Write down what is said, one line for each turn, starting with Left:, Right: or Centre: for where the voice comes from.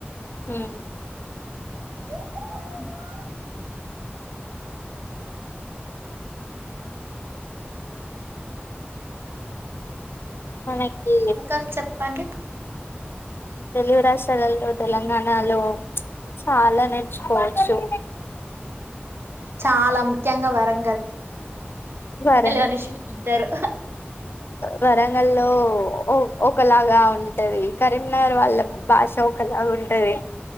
Left: ఉమ్,
Right: స
Left: మనకి
Right: ఇంకా చెప్పండి
Left: తెలుగు రాష్ట్రాలలో తెలంగాణ లో చాలా నేర్చుకోవచ్చు
Right: చాలా ముఖ్యంగా వరం
Left: వరం
Right: అనేసి పిలుత్తారు
Left: వరంగల్లో ఓ ఒకలాగా ఉంటది కరీంనగర్ వాళ్ళ భాష ఒకలాగా ఉంటది